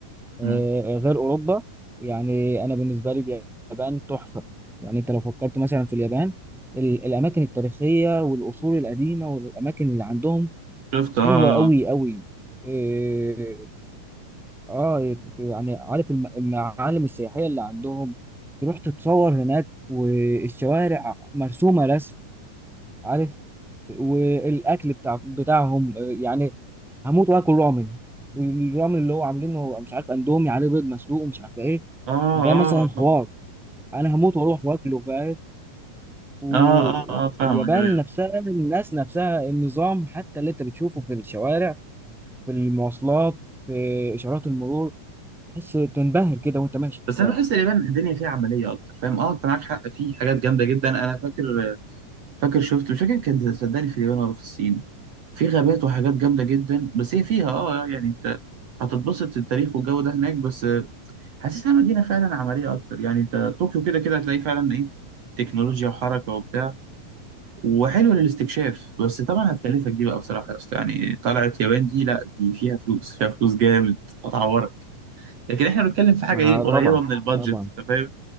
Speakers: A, in the centre; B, on the right (about 50°).
A: آه،
B: مم.
A: غير اوروبا يعني انا بالنسبه لي اليابان تحفه يعني انت لو فكرت مثلا في اليابان ال- الاماكن التاريخيه والاصول القديمه والاماكن اللي عندهم
B: شفت
A: حلوه
B: اه اه
A: قوي قوي اه آه، يعني عارف الم- المعالم السياحيه اللي عندهم تروح تتصور هناك والشوارع مرسومه رسم عارف والاكل بتاع بتاعهم آه، يعني هموت واكل رامن الرامن اللي هو عاملينه هو مش عارف اندومي عليه بيض مسلوق ومش عارف ايه
B: اه
A: ده مثلا حوار
B: اه
A: انا هموت واروح واكله فاهم واليابان
B: اه, آه, آه فاهمك ايوه
A: نفسها الناس نفسها النظام حتى اللي انت بتشوفه في الشوارع في المواصلات في اشارات المرور تحس تنبهر كده وانت ماشي في
B: بس
A: الشارع
B: انا بحس اليابان الدنيا فيها عمليه اكتر فاهم اه انت معاك حق في حاجات جامده جدا انا فاكر فاكر شفت مش فاكر كانت صدقني في اليابان ولا في الصين في غابات وحاجات جامده جدا بس هي فيها اه يعني انت هتتبسط التاريخ والجو ده هناك بس حاسسها مدينة فعلا عملية أكتر يعني أنت طوكيو كده كده هتلاقي فعلا إيه تكنولوجيا وحركة وبتاع وحلوة للاستكشاف بس طبعا هتكلفك دي بقى بصراحة يا أسطى يعني طلعت يابان دي لأ دي فيها فلوس فيها فلوس جامد هتعورك لكن إحنا بنتكلم في حاجة
A: ما
B: إيه قريبة
A: طبعا
B: من البادجت
A: طبعا
B: أنت فاهم